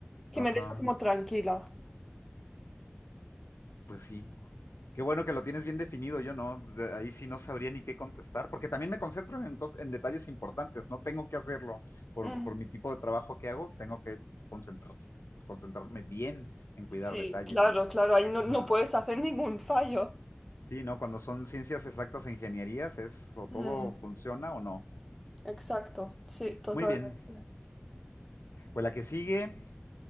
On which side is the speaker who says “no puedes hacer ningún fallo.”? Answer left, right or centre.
Centre